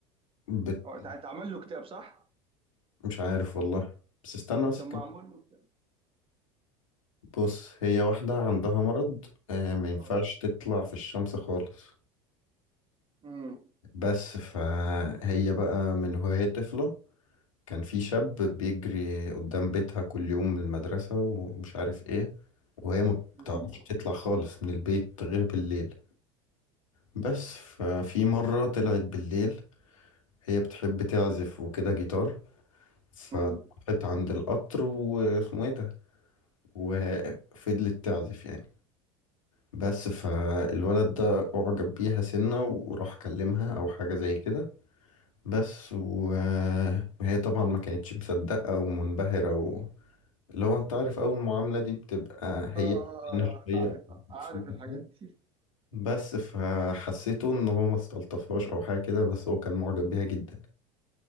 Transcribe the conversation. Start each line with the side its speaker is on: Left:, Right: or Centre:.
Left: بت...
Right: هو اتع- اتعمل له كتاب صح؟
Left: مش عارف والله بس استنى بس
Right: كان
Left: كان-
Right: معمول له كتاب
Left: بص هي واحدة عندها مرض آه ما ينفعش
Right: اه
Left: تطلع في الشمس خالص
Right: امم
Left: بس فهي بقى من وهي طفلة كان في شاب بيجري قدام بيتها كل يوم من المدرسة ومش عارف ايه وهي ما
Right: امم
Left: بتعرفش تطلع خالص من البيت غير بالليل بس ففي مرة طلعت بالليل هي بتحب تعزف وكده جيتار فراحت
Right: امم
Left: عند القطر واسمه ايه ده وفضلت تعزف يعني بس فالولد ده أعجب بيها سنة وراح كلمها أو حاجة زي كده بس و... وهي طبعا ما كانتش مصدقة ومنبهرة و... لو انت عارف اول معاملة دي بتبقى هي
Right: اه
Left: أنا شوية
Right: عارف عارف
Left: مبسوطة
Right: الحاجات
Left: كده.
Right: دي
Left: بس فحسيته ان هو ما استلطفهاش او حاجة كده بس هو كان معجب بيها جدا